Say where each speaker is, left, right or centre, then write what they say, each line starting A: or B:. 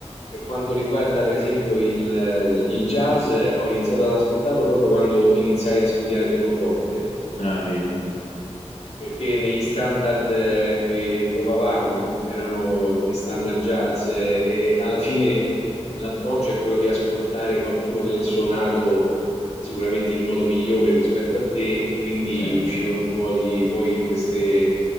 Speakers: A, on the left; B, on the left.
A: per quanto riguarda per esempio il, eh, il jazz, eh, ho iniziato ad ascoltarlo proprio quando iniziai a studiare pianoforte
B: Ah, vedi,
A: perché negli standard eh, che provavamo erano i standard jazz eh, e alla fine l'approccio è quello di ascoltare qualcuno che l'ha suonato sicuramente in modo migliore rispetto a te e quindi
B: certo.
A: uscivano fuori poi queste,